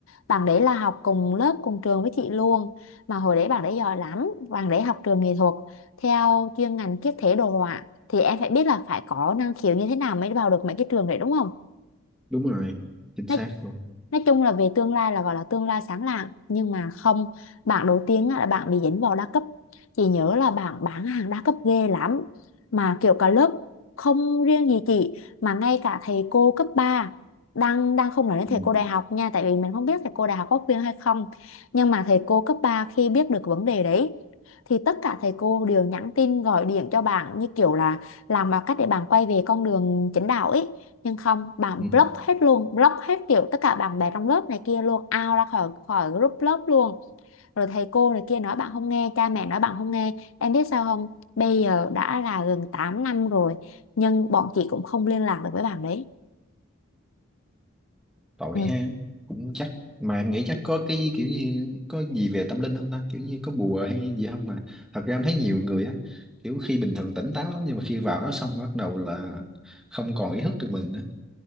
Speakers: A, on the left; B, in the centre.
A: Bạn đấy là học cùng lớp cùng trường với chị luôn mà hồi đấy bạn đấy giỏi lắm bạn đấy học trường nghệ thuật theo chuyên ngành kiếp thể đồ họa thì em phải biết là phải có năng khiếu như thế nào mới vào được mấy cái trường đấy đúng không
B: đúng rồi chính xác
A: nói
B: luôn
A: nói chung là về tương lai là gọi là tương lai sáng lạng nhưng mà không bạn đầu tiên á, là bạn bị dính vào đa cấp chị nhớ là bạn bán hàng đa cấp ghê lắm mà kiểu cả lớp không riêng gì chị mà ngay cả thầy cô cấp ba đang đang không nói đến
B: ừ.
A: thầy cô đại học nha tại vì mình không biết thầy cô đại học có khuyên hay không nhưng mà thầy cô cấp 3 khi biết được vấn đề đấy thì tất cả thầy cô đều nhắn tin gọi điện cho bạn như kiểu là làm mọi cách để bạn quay về con đường chính đạo ấy nhưng không bạn
B: Ừ.
A: block hết luôn block hết kiểu tất cả bạn bè trong lớp này kia luôn out ra khỏi khỏi group lớp luôn rồi thầy cô này kia nói bạn không nghe cha mẹ nói bạn không nghe em biết sao không bây giờ đã là gần 8 năm rồi nhưng bọn chị cũng không liên lạc được với bạn đấy
B: tội
A: ừ.
B: ha cũng chắc mà em nghĩ chắc có cái kiểu như có gì về tâm linh không ta kiểu như có bùa hay gì không mà thật ra em thấy nhiều người á kiểu khi bình thường tỉnh táo lắm nhưng mà khi vào đó xong bắt đầu là không còn ý thức được mình nữa